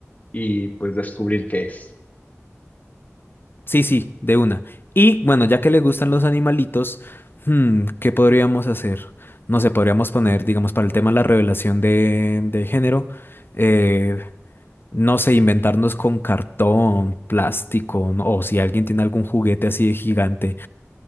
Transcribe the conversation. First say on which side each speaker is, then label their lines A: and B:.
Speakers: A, on the left; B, on the left.
A: y pues descubrir qué es.
B: Sí, sí, de una. Y bueno, ya que le gustan los animalitos, hmm, ¿qué podríamos hacer? No sé, podríamos poner, digamos, para el tema de la revelación de, de género, eh, no sé, inventarnos con cartón, plástico, no- o si alguien tiene algún juguete así de gigante,